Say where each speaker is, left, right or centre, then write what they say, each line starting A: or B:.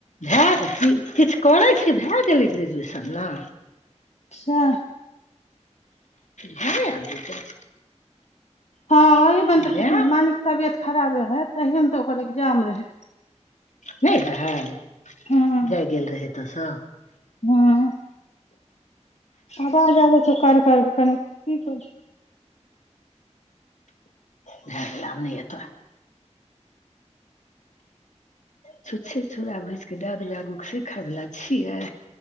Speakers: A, on the left; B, on the left.
A: भए किछु करै छी भए गेलै ग्रेजुएशन नऽ
B: अच्छा
A: घरे आब जेतय
B: हँ ओहमे तऽ
A: भए
B: मानिक तबियत खराब रहै तह तऽ ओकर एग्जाम रहै
A: नहि रहय
B: हँ
A: जाए गेल रहै अतसऽ
B: हँ आवाज आबै छै कर कर कऽ कनि की कर
A: भेय गेलिय नहि एतऽ छुचछे चुरा भुज दाद बगू सऽ खाय बला छियै।